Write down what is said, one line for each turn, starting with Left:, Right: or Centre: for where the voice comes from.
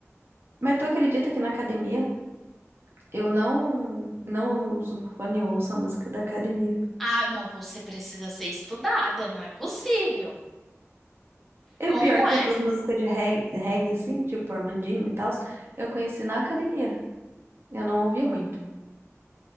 Right: Mas tu acredita que na academia eu não não uso fone, eu ouço a música da academia.
Centre: Ah, não, você precisa ser estudada, não é possível. Como
Right: E o pior é que
Centre: é?
Right: essas músicas de reggae, reggae assim, tipo Armandinho e tal, eu conheci na academia. Eu não ouvia muito.